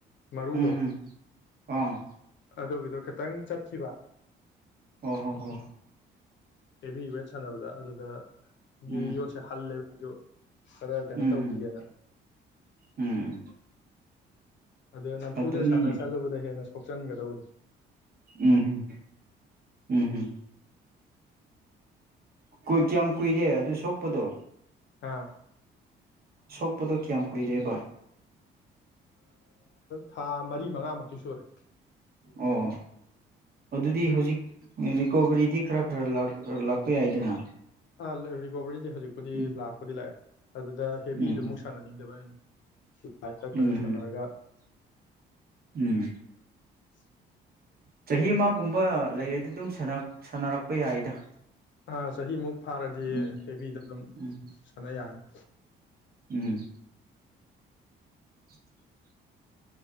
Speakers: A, on the left (about 60°); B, on the right (about 45°).
A: ꯃꯔꯨꯗꯣ
B: ꯎꯝ ꯎꯝ ꯑꯥ
A: ꯑꯗꯨꯒꯤꯗꯣ ꯈꯤꯇꯪ ꯆꯠꯈꯤꯕ
B: ꯑ ꯍ ꯍ
A: ꯍꯦꯚꯤ ꯋꯦꯠ ꯁꯥꯟꯅꯕꯗ ꯑꯗꯨ ꯒꯤ
B: ꯎꯝ
A: ꯌꯣꯠꯁꯦ ꯍꯜꯂꯦꯕꯁꯨ ꯈꯔ ꯀꯩꯅꯣ
B: ꯎꯝ
A: ꯇꯧꯈꯤꯒꯦꯅ
B: ꯎꯝ ꯎꯝ
A: ꯑꯗꯨꯗ ꯅꯝꯐꯨꯗ
B: ꯑꯗꯨꯅꯤꯅꯦ
A: ꯁꯥꯟꯅ ꯁꯜꯂꯨꯕꯗ ꯍꯦꯟꯅ ꯆꯟꯒꯗꯧꯕꯗꯣ
B: ꯎꯝ ꯎꯝ ꯎꯝ ꯍꯝ꯫ ꯀꯨꯏ ꯀꯌꯥꯝ ꯀꯨꯏꯔꯦ ꯑꯗꯨ ꯁꯣꯛ ꯄꯗꯣ
A: ꯑꯥ꯫
B: ꯁꯣꯛꯄꯗꯣ ꯀꯌꯥꯝ ꯀꯨꯏꯔꯦꯕ?
A: ꯊꯥ ꯃꯔꯤ- ꯃꯉꯥꯃꯨꯛꯇꯤ ꯁꯨꯔꯦ꯫
B: ꯑꯣ ꯑꯗꯨꯗꯤ ꯍꯧꯖꯤꯛ ꯔꯤꯀꯣꯕꯔꯤꯗꯤ ꯈꯔ- ꯈꯔ ꯂꯥꯛꯄ ꯌꯥꯏꯗꯅ
A: ꯑ ꯔꯤꯕꯔꯤꯗꯤ ꯍꯧꯖꯤꯛꯄꯨꯗꯤ
B: ꯎꯝ
A: ꯂꯥꯛꯄꯨꯗꯤ ꯂꯥꯛꯑꯦ ꯫ ꯑꯗꯨꯗ ꯍꯦꯕꯤꯗꯨ
B: ꯎꯝ
A: ꯑꯃꯨꯛ ꯁꯥꯟꯅꯅꯤꯡꯗꯕ ꯑꯩꯅ꯫ <inaudible> ꯂꯥꯏꯠ ꯇꯛꯈ꯭ꯔꯒ
B: ꯎꯝ
A: ꯁꯥꯟꯅꯔꯒ
B: ꯎꯝ ꯎꯝ꯫
A: <inaudible>
B: ꯆꯍꯤ ꯑꯃꯒꯨꯝꯕ ꯂꯩꯔꯗꯤ ꯑꯗꯨꯝ ꯁꯥꯟꯅꯔꯛꯄ ꯌꯥꯏꯗ
A: ꯑ ꯆꯍꯤꯃꯨꯛ ꯐꯥꯔꯗꯤ
B: ꯎꯝ
A: ꯍꯦꯕꯤꯗ ꯑꯗꯨꯝ
B: ꯎꯝ
A: ꯁꯥꯟꯅ ꯌꯥꯔꯅꯤ꯫
B: ꯎꯝ꯫ <inaudible>